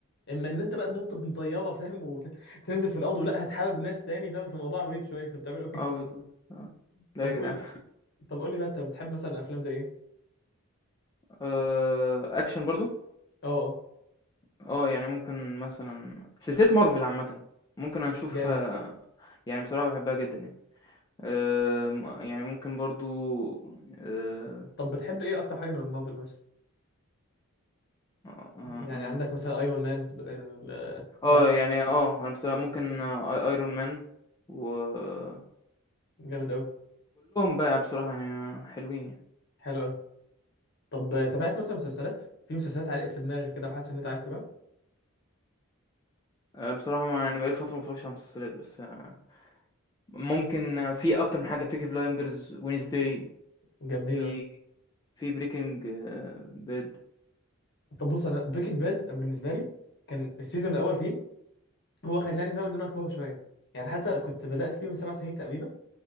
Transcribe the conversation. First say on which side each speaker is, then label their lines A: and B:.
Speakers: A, on the left (about 50°); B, on the left (about 20°).
A: اما ان انت بقى تنط من طياره فاهم وتنزل <laughs> في الارض ولا هتحابب ناس تاني فاهم في موضوع غريب شويه انتوا بتعملوا ايه
B: اه بالظبط اه
A: <laughs>
B: لا
A: طب
B: يا جدعان
A: قول طب قول لي بقى انت بتحب مثلا افلام زي ايه
B: آه اكشن برضو
A: اه اه
B: اه يعني ممكن مثلا سلسلة مارفل عامة ممكن اشوف
A: جامد
B: آه، يعني بصراحة بحبها جدا يعني آه م- يعني ممكن برضو اه
A: طب بتحب ايه اكتر حاجه من مارفل مثلا
B: آه،
A: يعني
B: آه.
A: عندك مثلا ايرون مان سب- ال- آه،
B: آه،
A: هو
B: يعني اه انا بصراحة ممكن آه، آي- ايرون مان وكلهم
A: جامد قوي
B: بقى بصراحة يعني حلوين يعني
A: حلو قوي طب آه، تابعت مثلا مسلسلات في مسلسلات علقت في دماغك كده وحاسس ان انت عايز تتابعها
B: آه، بصراحة ما يعني بقالي فترة ما اتفرجش على المسلسلات بس آه، ممكن في اكتر من حاجه بيكي بلايندرز وينزداي
A: جامدين
B: في
A: أوي.
B: في بريكنج باد
A: طب بص انا بريكنج باد انا بالنسبه لي كان السيزون الاول فيه هو خلاني فاهم ان انا اكرهه شويه يعني حتى كنت بدات فيه من سبع سنين تقريبا